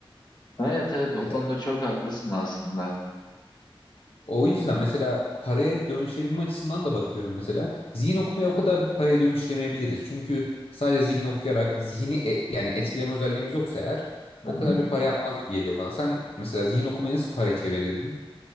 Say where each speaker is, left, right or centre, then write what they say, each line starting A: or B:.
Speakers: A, on the left; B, on the left.
A: Evet evet o
B: E
A: konuda çok haklısın aslında.
B: O yüzden mesela paraya dönüştürebilme açısından da bakıyorum mesela. Zihin okumaya o kadar paraya dönüştüremeyebiliriz. Çünkü sadece zihin okuyarak zihni e- yani etkileme özelliğimiz yoksa eğer
A: Hı
B: o
A: hı.
B: kadar bir para yapmaz gibi geliyor bana. Sen mesela zihin okumayı nasıl paraya çevirebilirdin?